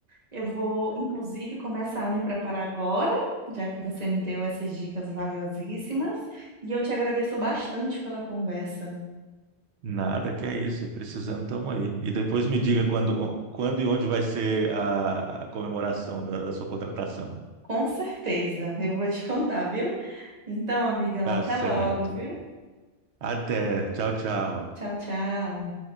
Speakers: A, on the right; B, on the right.
A: eu vou, inclusive, começar a me preparar agora, já que você me deu essas dicas valiosíssimas. E eu te agradeço bastante pela conversa.
B: Nada, que é isso. Precisando, estamos aí. E depois me diga quando, quando e onde vai ser a, a comemoração da, da sua contratação.
A: Com certeza, eu vou te contar, viu? Então, amigão,
B: Tá
A: até
B: certo.
A: logo, viu?
B: Até. Tchau, tchau.
A: Tchau, tchau.